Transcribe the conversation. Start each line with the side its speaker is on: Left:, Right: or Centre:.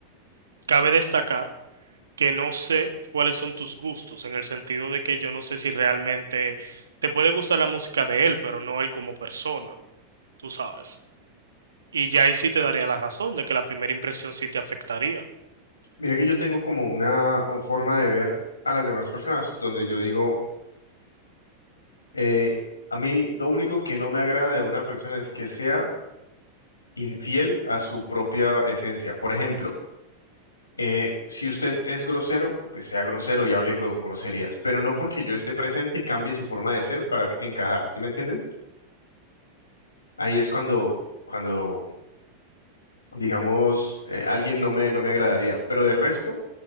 Right: cabe destacar que no sé cuáles son tus gustos, en el sentido de que yo no sé si realmente te puede gustar la música de él, pero no él como persona, tú sabes. Y ya ahí sí te daría la razón de que la primera impresión sí te afectaría.
Left: Mira que yo tengo como una o, forma de ver a las demás personas, donde yo digo, eh, a mí lo único que no me agrada de una persona es que sea infiel a su propia esencia. Por ejemplo, eh, si usted es grosero, pues sea grosero y hable con groserías, pero no porque yo esté presente cambie su forma de ser para encajar, ¿sí me entiendes? Ahí es cuando, cuando digamos, eh, alguien no me, no me agradaría, pero de resto,